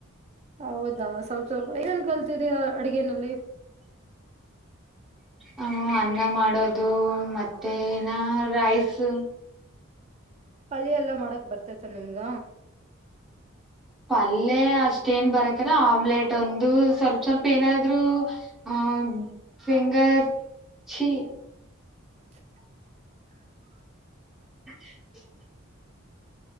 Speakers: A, on the right; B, in the centre.
A: ಹೌದಾ ಸ್ವಲ್ಪ ಸ್ವಲ್ಪ ಏನನ ಕಲ್ತಿದಿರಾ ಅಡಗೆನಲ್ಲಿ.
B: ಹ ಅನ್ನ ಮಾಡೋದು ಮತ್ತೆ ನಾ ರೈಸ್.
A: ಪಲ್ಯ ಎಲ್ಲಾ ಮಾಡಕ ಬರ್ತೈತ ನಿಮಗ.
B: ಪಲ್ಯೆ ಅಷ್ಟೇನ ಬರಕಿಲ್ಲಾ ಆಮ್ಲೆಟ್ ಒಂದು ಸ್ವಲ್ಪ ಸ್ವಲ್ಪ ಏನಾದ್ರು. ಆ finger chi.
A: <inaudible>
B: <inaudible>